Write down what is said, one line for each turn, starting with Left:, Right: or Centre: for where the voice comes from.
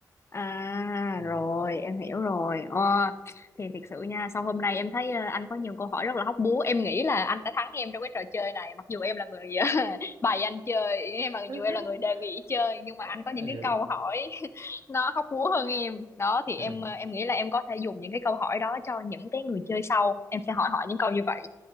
Left: À
Right: ừ.
Left: rồi em hiểu rồi Ờ, Thì thiệt sự nha Sau hôm nay em thấy ờ, anh có nhiều câu hỏi rất là hóc búa Em nghĩ là anh đã thắng em trong cái trò chơi này Mặc dù em là người <laughs> bày anh chơi em Mặc
Right: <laughs>
Left: dù em là người đề nghị chơi Nhưng mà anh
Right: Ờ,
Left: có những cái
Right: được.
Left: câu hỏi <laughs> Nó hóc búa hơn em Đó thì em
Right: Ừ.
Left: ờ, em nghĩ là em có thể dùng những cái câu hỏi đó Cho những cái người chơi sau Em sẽ hỏi họ những câu như vậy